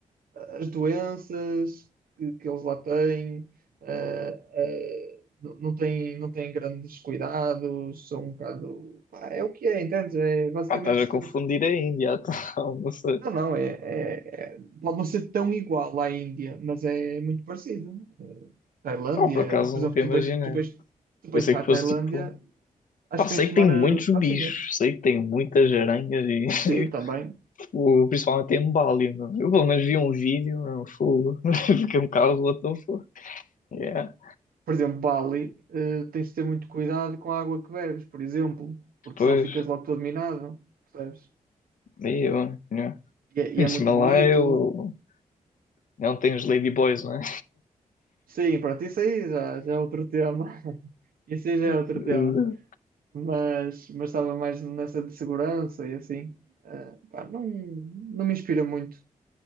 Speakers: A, on the right (about 75°); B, on the left (about 60°).
A: as doenças que, que eles lá têm, eh, eh, não não têm, não têm grandes cuidados, são um bocado. pá, é o que é, entendes? É basicamente
B: Pá, estás
A: se
B: a
A: tu.
B: confundir a Índia, <laughs> então, não sei.
A: Não, não, é, é- é- pode não ser tão igual à Índia, mas é muito parecido. Eh, Tailândia,
B: Pá, por acaso
A: por exemplo,
B: nunca
A: tu
B: imaginei.
A: vais, tu vais, tu vais
B: Eu sei
A: para
B: que
A: a
B: fosse
A: Tailândia,
B: tipo.
A: acho
B: Pá,
A: que
B: sei
A: tens de
B: que
A: tomar
B: tem
A: eh,
B: muitos
A: vacinas.
B: bichos, sei que tem muitas aranhas e <laughs>
A: Sim, também
B: tipo, principalmente em Bali, não é? Eu pelo menos vi um vídeo, não fogo. <laughs> Fiquei um bocado what the fuck. Yeah,
A: Por exemplo, Bali, eh, tens de ter muito cuidado com a água que bebes, por exemplo, porque
B: pois,
A: senão ficas logo todo minado, percebes?
B: aí eu, yeah.
A: E é, e
B: Em
A: é
B: cima
A: muito bonito.
B: lá eu Não tem os ladyboys, não é?
A: Sim, pronto, isso aí já, já é outro tema. <laughs> Isso aí já
B: <laughs>
A: é outro
B: Eh,
A: tema. Mas, mas estava mais nessa de segurança e assim. Eh, pá, não, não me inspira muito.